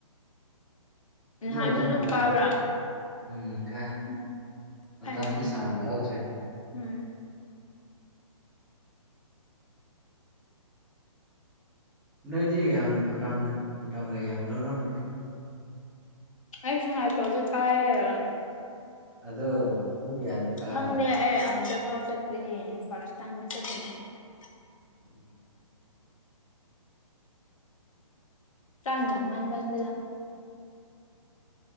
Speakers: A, in the centre; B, on the left.
A: ꯑꯗꯨ
B: ꯅꯍꯥꯟꯁꯨ
A: ꯑꯣꯏꯔꯁꯨ
B: ꯑꯗꯨꯝ
A: ꯃꯇꯝ
B: ꯀꯥꯕ꯭ꯔꯥ
A: ꯎꯝ ꯀꯥꯏ
B: ꯎꯝ
A: ꯃꯇꯝꯗꯤ
B: ꯐꯥꯏꯅ
A: ꯁꯥꯡꯅ ꯂꯧꯗ꯭ꯔꯦ
B: ꯎꯝ
A: ꯅꯣꯏꯗꯤ ꯌꯥꯝ ꯃꯇꯝ ꯃꯇꯝꯒ ꯌꯥꯝ ꯂꯧꯔꯝꯃꯅꯤ
B: <unintelligible>
A: ꯑꯗꯣ ꯄꯨꯡ ꯀꯌꯥꯗꯤ ꯀꯥꯕ꯭ꯔꯥ
B: ꯈꯪꯗꯦ ꯑꯩ <unintelligible>
A: ꯎꯝ
B: <unintelligible>